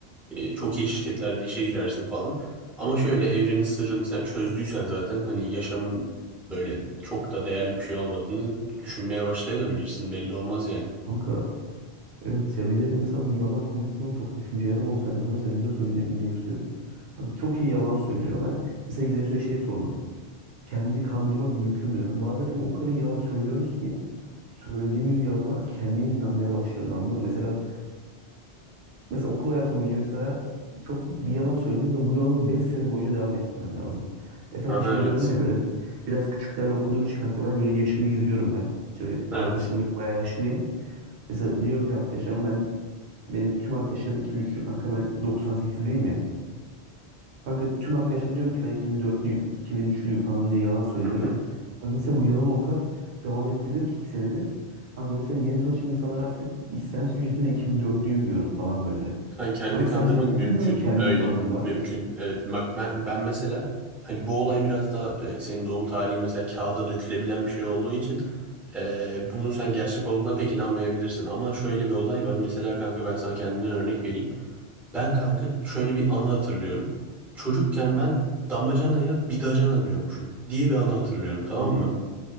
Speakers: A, in the centre; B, on the right.
A: E, çok iyi şirketlerde işe girersin falan. Ama şöyle evrenin sırrını sen çözdüysen zaten hani yaşamın böyle çok da değerli bir şey olmadığını düşünmeye başlayabilirsin. Belli olmaz yani.
B: Kanka Evet ya bir de mesela bu yalan konusunda çok düşüncelerim oldu seninle. Mesela biliyorsun bize bize suyu. Abi çok iyi yalan söylüyor. Ben mesela bize suya şey sordum. Kendini kandırmak mümkün müdür? Bazen kanka o kadar iyi yalan söylüyoruz ki söylediğimiz yalana kendimiz inanmaya başlıyoruz anladın mı? Mesela Mesela okul hayatı boyunca mesela çok bir yalan söyledim ve bu yalanı 5 sene boyunca devam ettirmen lazım. Mesela
A: Aha
B: ben şey
A: evet.
B: diyorum ya böyle biraz küçüklerle okuduğum için kanka ben böyle yaşımı gizliyorum ben. İşte
A: Evet.
B: arkadaşlarıma göre bayağı yaşlıyım. Mesela diyorum ki arkadaşlarıma ben benim tüm arkadaşlarım 2003'lü kanka ben doksan sekizliyim ya. Kanka tüm arkadaşlarıma diyorum ki ben 2004'lüyüm, 2003'lüyüm falan diye yalan söylüyorum.
A: Hı hı.
B: Kanka mesela bu yalan o kadar devam ettirdim ki 2 senedir. Kanka mesela yeni tanıştığım insanlar artık istemsiz bir şekilde 2004'lüyüm diyorum falan böyle.
A: Kan kendini
B: Kanka
A: kandırmak
B: sence mümkün
A: mümkün.
B: mü kendini
A: Öyle.
B: kandırmak?
A: Mümkün. Evet. Bak ben, ben mesela hani bu olay biraz daha e, senin doğum tarihin mesela kağıda dökülebilen bir şey olduğu için e, bunun sen gerçek olduğuna pek inanmayabilirsin. Ama şöyle bir olay var. Mesela kanka ben sana kendimden örnek vereyim. Ben kanka şöyle bir anı hatırlıyorum. Çocukken ben damacanaya bidacana diyormuşum diye bir anı hatırlıyorum tamam
B: Hı hı.
A: mı?